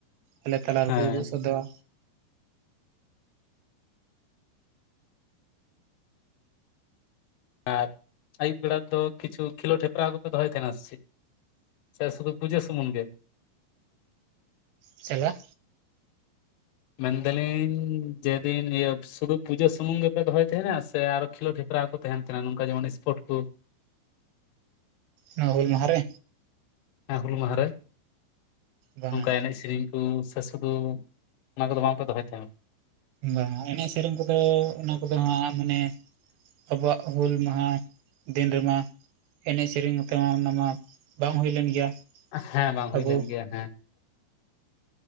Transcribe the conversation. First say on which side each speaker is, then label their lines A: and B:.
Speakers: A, on the right; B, on the left.
A: ᱟᱞᱮ ᱛᱟᱞᱟ ᱨᱮ
B: ᱦᱮᱸ
A: ᱠᱚ ᱩᱫᱩᱜ ᱥᱚᱫᱚᱨᱟ
B: ᱟᱨ ᱟᱹᱭᱩᱵ ᱵᱮᱲᱟ ᱨᱮᱫᱚ ᱠᱤᱪᱷᱩ ᱠᱷᱮᱞᱳᱰ ᱦᱮᱯᱨᱟᱣ ᱠᱚᱯᱮ ᱫᱚᱦᱚᱭ ᱛᱟᱦᱮᱱᱟ ᱥᱮ ᱪᱮᱫ ᱥᱮ ᱥᱩᱫᱩ ᱯᱩᱡᱟᱹ ᱥᱩᱢᱩᱱ ᱜᱮ
A: ᱪᱮᱞᱮᱠᱟ
B: ᱢᱮᱱ ᱫᱟᱞᱤᱧ ᱡᱮᱫᱤᱱ ᱤᱭᱟᱹ ᱥᱩᱫᱩ ᱯᱩᱡᱟᱹ ᱥᱩᱢᱩᱝ ᱜᱮ ᱯᱮ ᱫᱚᱦᱚᱭ ᱛᱟᱦᱮ ᱱᱟ ᱥᱮ ᱟᱨᱚ ᱠᱷᱮᱞᱳᱰ ᱦᱼᱼ ᱦᱮᱯᱨᱟᱣ ᱠᱚ ᱛᱟᱦᱮᱱ ᱛᱟᱦᱮᱱᱟ ᱱᱚᱝᱠᱟ ᱡᱮᱢᱚᱱ ᱥᱯᱳᱨᱴ ᱠᱚ
A: ᱱᱚᱣᱟ ᱦᱩᱞ ᱢᱟᱦᱟ ᱨᱮ
B: ᱦᱮᱸ ᱦᱩᱞ ᱢᱟᱦᱟ ᱨᱮ
A: ᱵᱟᱝᱟ
B: ᱱᱚᱝᱠᱟ ᱮᱱᱮᱡ ᱥᱮᱨᱮᱧ <unintelligible> ᱥᱮ ᱥᱩᱫᱷᱩ ᱚᱱᱟ ᱠᱚᱫᱚ ᱵᱟᱝ ᱯᱮ ᱫᱚᱦᱚᱭ ᱛᱟᱦᱮᱱᱟ
A: ᱵᱟᱝ ᱮᱱᱮᱡ ᱥᱮᱨᱮᱧ ᱠᱚᱫᱚ ᱚᱱᱟ ᱠᱚᱫᱚ ᱦᱟᱸᱜ ᱢᱟᱱᱮ ᱟᱵᱚᱣᱟᱜ ᱦᱩᱞ ᱢᱟᱦᱟ ᱫᱤᱱ ᱨᱮ ᱢᱟ ᱮᱱᱮᱡ ᱥᱮᱨᱮᱧ ᱛᱮ ᱢᱟ ᱚᱱᱟ ᱢᱟ ᱵᱟᱝ ᱦᱩᱭ ᱞᱮᱱ ᱜᱮᱭᱟ
B: ᱦᱮᱸ ᱵᱟᱝ ᱦᱩᱭ
A: ᱟᱵᱚ
B: ᱞᱮᱱ ᱜᱮᱭᱟ ᱦᱮᱸ